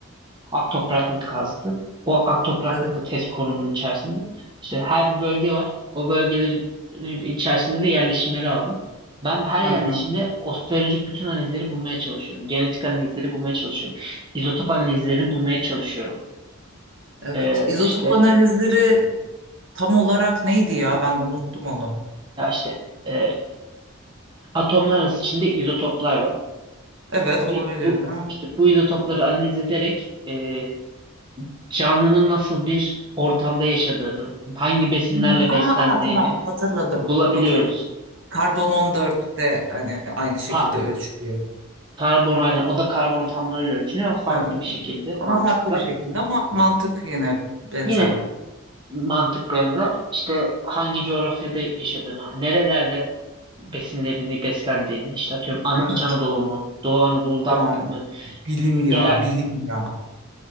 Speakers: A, on the right; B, on the right.
A: ak topraklık kazdı. O ak topraklıkla
B: Evet.
A: test konumunun içerisinde işte her bir bölge var. O bölgelerin içerisinde de yerleşimleri aldım. Ben her yerleşimde
B: Hı hı.
A: osteolojik bütün analizleri bulmaya çalışıyorum. Genetik analizleri bulmaya çalışıyorum. İzotop analizlerini bulmaya çalışıyorum.
B: Evet.
A: Ee,
B: İzotop
A: işte
B: analizleri tam olarak neydi ya? Ben unuttum onu.
A: ya işte e, atomlar arası içinde izotoplar var.
B: Evet, onu
A: Bir-
B: biliyorum.
A: Bu
B: Ha.
A: işte bu izotopları analiz ederek e, canlının nasıl bir ortamda yaşadığını, hangi besinlerle
B: Hmm,
A: beslendiğini
B: Aa, aa tamam hatırladım.
A: bulabiliyoruz.
B: Okey. Karbon 14'te hani aynı şekilde
A: Ta-
B: ölçülüyor.
A: karbon aynen o da karbon atomlarıyla ölçülüyor ama farklı
B: Evet.
A: bir şekilde
B: Ama
A: mantıkla.
B: farklı bir şekilde ama mantık yine benzer.
A: Yine mantık benzer. İşte hangi coğrafyada yaşadığını, nerelerde besinlerini beslendiğini, işte atıyorum An
B: Evet.
A: İç Anadolu mu, Doğu Anadolu'dan
B: Yani
A: mı
B: bilim ya,
A: gelen
B: bilim ya.